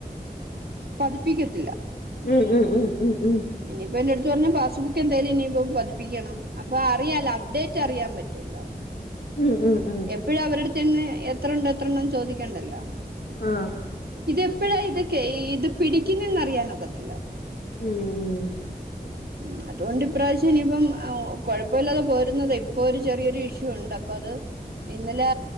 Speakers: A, on the right (about 75°); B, on the left (about 75°).
A: പതിപ്പിക്കത്തില്ല
B: ഉം ഉം ഉം ഉം ഉം
A: ഇനിയിപ്പ എന്റെട്ത്ത് പറഞ്ഞു പാസ്ബുക്ക് എന്തയാലും ഇനിയിപ്പോ പതിപ്പിക്കണം അപ്പ അറിയേല്ല അപ്ഡേറ്റ് അറിയാൻ പറ്റല്ലോ <inaudible>
B: ഉം ഉം ഉം
A: എപ്പഴും അവരട്ത്ത് ചെന്ന് എത്ര ഉണ്ട് എത്ര ഉണ്ടെന്ന് ചോദിക്കേണ്ടല്ലോ
B: ആഹ്
A: ഇതെപ്പഴാ ഇതൊക്കെ ഇത് പിടിക്കുന്നെന്ന് അറിയാനൊക്കത്തില്ല
B: ഉം
A: ഉം അതോണ്ട് ഇപ്രാവശ്യം ഇനിയിപ്പം കൊഴപ്പല്ലാതെ പോരുന്നതേ ഇപ്പൊ ഒരു ചെറിയൊരു ഇഷ്യൂ ഉണ്ട് അപ്പൊ അത് ഇന്നലേ